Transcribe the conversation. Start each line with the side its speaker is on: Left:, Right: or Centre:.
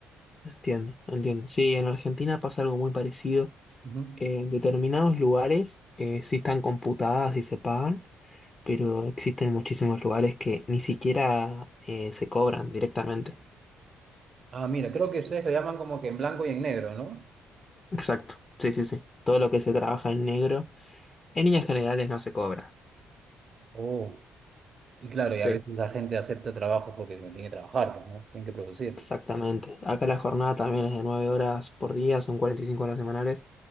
Left: Entiendo, entiendo. Sí, en Argentina pasa algo muy parecido.
Right: Ujú.
Left: En determinados lugares eh, sí están computadas y se pagan, pero existen muchísimos lugares que ni siquiera eh, se cobran directamente.
Right: Ah, mira, creo que ustedes lo llaman como que en blanco y en negro, ¿no?
Left: Exacto. Sí, sí, sí. Todo lo que se trabaja en negro, en líneas generales no se cobra.
Right: Oh, y claro, y
Left: Sí.
Right: a veces la gente acepta trabajos porque tiene que trabajar, pues, ¿no? Tienen que producir.
Left: Exactamente. Acá la jornada también es de 9 horas por día, son 45 horas semanales,